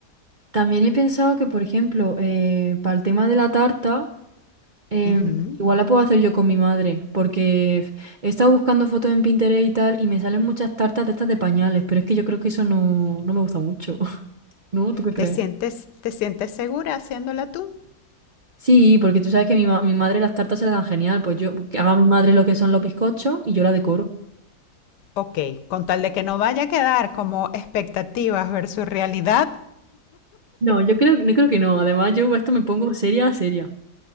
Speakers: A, on the right (about 50°); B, on the left (about 80°).
A: También he pensado que, por ejemplo, eh, para el tema de la tarta, em,
B: Ujú.
A: igual la puedo hacer yo con mi madre, porque f- he estado buscando fotos en Pinterest y tal, y me salen muchas tartas de estas de pañales, pero es que yo creo que eso no, no me gusta mucho, <laughs> ¿no? ¿Tú qué crees?
B: ¿Te, sientes, ¿Te sientes segura haciéndola tú?
A: Sí, porque tú sabes que mi, ma- mi madre las tartas se le dan genial. Pues yo, que haga a mi madre lo que son los bizcochos y yo la decoro.
B: Ok, con tal de que no vaya a quedar como expectativas versus realidad
A: No, yo creo, no creo que no. Además, yo esto me pongo seria, seria.